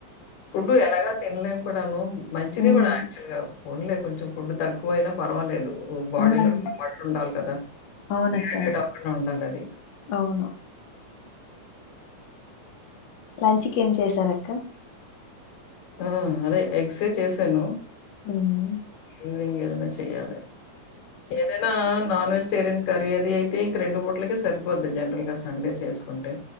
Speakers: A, on the left; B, on the left.
A: ఫుడ్డు ఎలాగా తినలేం క్కడను మంచిది
B: ఉమ్
A: కూడా యాక్చువల్ గా ఫోన్ లే కొంచెం ఫుడ్ తక్కువ అయినా పర్వాలేదు బాడీలో
B: ఉమ్
A: వాటర్ ఉండాలి కదా
B: అవునక్క
A: డిహైడ్రేట్ అవకుండా ఉండాలి అది
B: అవును లంచ్కి ఏం చేసారక్క
A: ఆ అదే ఎక్సే చేశాను
B: హ్మ్
A: ఈవనింగ్ ఏదన్న చేయ్యాలి ఏదేనా నాన్ వెజిటేరియన్ కర్రీ అది అయితే ఇంక రెండు బూట్లకే సరిపోద్ది జనరల్ గా సండే చేసుకుంటే